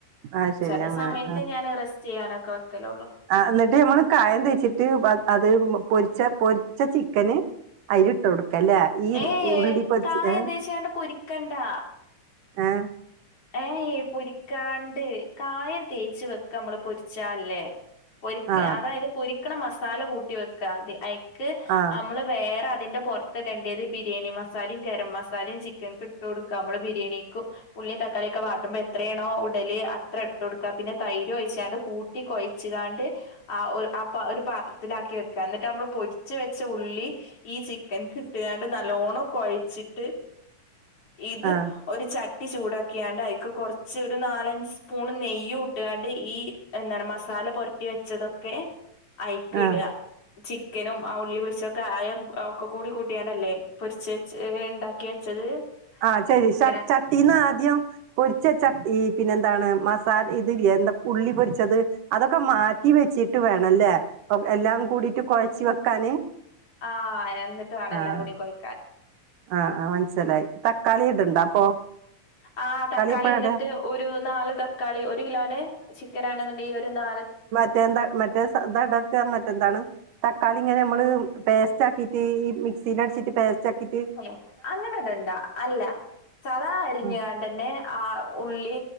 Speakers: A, on the right; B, on the left.
A: ആ ശരി
B: ചില
A: അങ്ങനെ
B: സമയത്ത്
A: ആ
B: ഞാൻറെസ് റ്റ് ചെയ്യാനൊക്കെ വെക്കലുള്ളൂ
A: ആ എന്നിട്ട് ഞമ്മള് കായം തേച്ചിട്ട് അത് പൊരിച്ച പൊരിച്ച ചിക്കന് അയിലിട്ട് കൊടുക്കല്ലേ ഈ
B: ഏയ്
A: ഉള്ളി പൊരിച്ച്
B: കായം
A: ഏ
B: തേച്ച്ങ്ങാണ്ട് പൊരിക്കണ്ടാ
A: ഏഹ്
B: ഏയ് പൊരിക്കാണ്ട് കായം തേച്ച് വെക്ക നമ്മള് പൊരിച്ചാല്ലേ പൊരിക്ക
A: ആ
B: അതായത് പൊരിക്ക്ണ മസാല കൂട്ടി വെക്ക അയിക്ക്
A: ആ
B: നമ്മള് വേറെ അതിന്റെ പുറത്ത്ട ണ്ടേത് ബിരിയാണി മസാല മസാലിം ഗരം മസാലയും ചിക്കൻ ഇട്ട് കൊടുക്കാ നമ്മള് ബിരിയാണിക് ഉള്ളീം തക്കാളിമ് ക്കളിയൊക്കെ വാട്ടുമ്പോ എത്രയാണോ ഇടല് അത്ര ഇട്ട് കൊടുക്കാ പിന്നെ തൈര് ഒഴിച്ചാണ്ട് കൂട്ടി കൊഴച്ച്കാണ്ട് ആഹ് ആ ഒരു പാത്രത്തിലാക്കി വെക്ക എന്നിട്ട് നമ്മള് പൊരിച്ച് വെച്ച ഉള്ളി ഈ ചിക്കൻ കിട്ടുകാണ്ട് നല്ലോണം കുഴച്ചിട്ട് ഇത്
A: ആ
B: ഒരു ചട്ടി ചൂടാ ക്കിയാണ്ട് അയിക്ക് കുറച്ച് ഒരു നാലഞ്ച് സ്പൂൺ നെയ്യും ഇട്ടാണ്ട് ഈ എന്ത മസാല പുര ട്ടി വെച്ചതൊക്കെ അയ്ക്ക്
A: ആ
B: ഇട ചിക്കനും ആ ഉള്ളി പൊരിച്ച കായം ഒക്കെ കൂടി കൂട്ടിയാണ്ടല്ലേ പൊരിച്ച് വെച്ച് ഉണ്ടാക്കി വെച്ചത്
A: ആഹ് ശെരി
B: ചിക്കനൊക്കെ
A: ചട്ടീന്ന് ആദ്യം പൊരിച്ച വെച്ച ഈ പിന്നെ എന്താണ് മസാല ഇതില്ലേ എന്താ ഉള്ളി പൊരിച്ചത് അതൊക്കെ മാറ്റി വെച്ചിട്ട് വേണല്ലേ എല്ലാം കൂടിട്ട് കുഴച്ച് വെക്കാന്
B: ആഹ് എന്നിട്ട് വേണം
A: ആഹ്
B: എല്ലാം കൂടി കൊഴയ്ക്കാന്
A: ആഹ് ആഹ് മനസ്സിലായി തക്കാളി ഇടണ്ട അപ്പൊ
B: ആ തക്കാളി
A: എപ്പഴാ
B: എന്നിട്ട്
A: ഇടാ
B: ഒരു നാല് തക്കാളി ഒരു കിലോന് ചിക്കനാണ്ന്ന്ണ്ടെങ്കി ഒരു നാല്
A: മറ്റേന്ത മറ്റേ താണ്ടക്ക മറ്റെന്താണ് തക്കാളി ഇങ്ങനെ നമ്മള് പേസ്റ്റാക്കിട്ട് ഈ മിക്സില് അടിച്ചിട്ട് പേസ്റ്റാക്കിട്ട്
B: ഏ അങ്ങനെടണ്ടാ അല്ല സാദാ അരിഞാണ്ട്ന്നെ
A: ഉം
B: ആ ഉള്ളി